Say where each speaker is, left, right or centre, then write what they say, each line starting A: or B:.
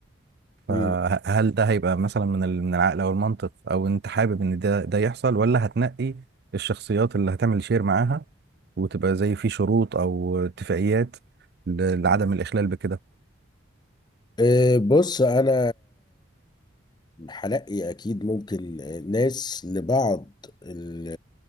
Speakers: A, on the right; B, on the left.
A: فهل
B: امم
A: ده هيبقى مثلا من ال- من العقل او المنطق او انت حابب ان ده ده يحصل ولا هتنقي الشخصيات اللي هتعمل شير معاها وتبقى زي في شروط او اتفاقيات ل- لعدم الاخلال بكده
B: إيه، بص انا هلاقي اكيد ممكن ناس لبعض ال-